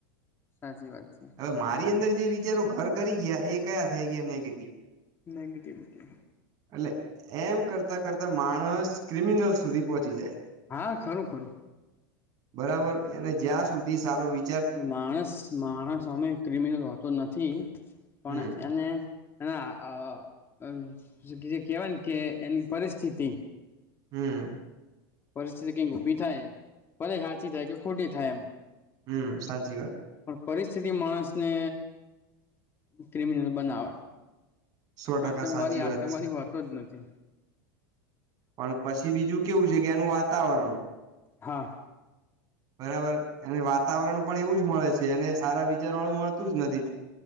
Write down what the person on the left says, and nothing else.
સાચી વાત છે.
નવીટી
હા ખરુ, ખરુ
માણસ માણસ અમે ક્રિમિનલ હોતો, નથી પણ
એને એના જે કેહેવાય, કે એની પરિસ્થિતિ
પરિસ્થિતિ કઈક ઊભી થાય ભલે હાચી, થાય કે ખોટી થાય એમ
પણ પરિસ્થિતિ, માણસને ક્રિમિનલ બનાવે
આતંકવાદી
આતંકવાદી
હોતો, જ નથી
હા